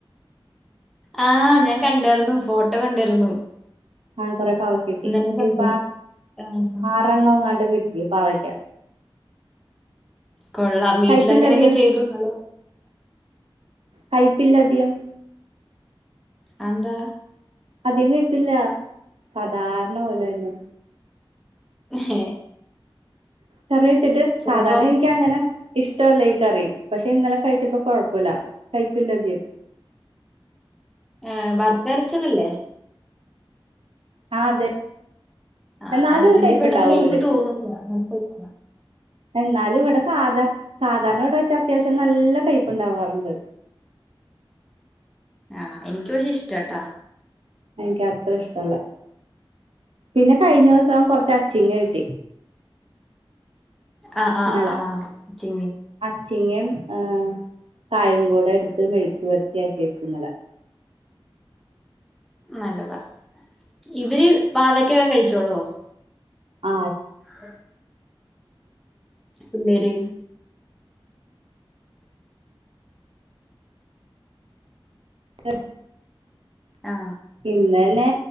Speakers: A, in the centre; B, on the right.
A: ആ ഞാൻ കണ്ടായിരുന്നു ഫോട്ടോ കണ്ടിരുന്നു
B: ആ കൊറെ പാവക്ക കിട്ടി
A: ഇന്നലെ
B: ഇതിപ്പ
A: കണ്ടു. ആഹ്.
B: ആറെണ്ണങ്ങാണ്ട് കി <unintelligible> പാവയ്ക്ക
A: കൊള്ളാം വീട്ടില
B: കയ്പില്ല
A: അങ്ങനെയൊക്കെ
B: അധികം
A: ചെയ്തു <unintelligible>
B: കൈപ്പില്ലാധികം
A: അതെന്താ
B: അധികം കൈപ്പില്ല സാധാരണ പോലൊന്നേ
A: ഹ
B: കറി വെച്ചിട്ട്
A: ചിലപ്പോ
B: സാധാരണ എനിക്ക് അങ്ങനെ ഇഷ്ടമല്ല ഈ കറി പക്ഷെ ഇന്നലെ കഴിച്ചപ്പോ കൊഴപ്പില്ല കയിപ്പില്ലതികം
A: ആ വർത്തരച്ചതല്ലേ
B: ആ അതെ
A: ആ
B: എന്നാലും
A: അതില്
B: ഒരു കയ്പുണ്ടാവൂലേ
A: പെട്ടെന്ന് കയിപ്പ് തോന്നൂല്ലാ ആ പോസ
B: എന്നാലും ഇവിടെ സാധാ സാധാരണയോവിടെ വെച്ചാ അത്യാവശ്യം നല്ല കയപ്പ്ണ്ടാവാറുണ്ട്
A: ആണ എനിക്ക് പക്ഷെ ഇഷ്ടാട്ടാ
B: എനിക്ക് അത്ര ഇഷ്ടല്ല പിന്നെ കഴിഞ്ഞ ദിവസം കുറച്ച് അച്ചിങ്ങ ഇട്ടു
A: ആ ആ
B: നല്ല
A: ആ ആ ചിങ്ങി
B: അച്ചിങ്ങം ആ കായംകോടെ എടുത്ത് മെഴുക്ക് പെരുട്ടിയാക്കിവെച്ചിന്നലെ
A: നല്ലതാ ഇവര് പാവയ്ക്കൊക്കെ കഴിച്ച ിച്ചോളോ
B: ആ
A: ആഹ പിന്നേര്
B: എ
A: ആ
B: പിന്നെ പിന്നെ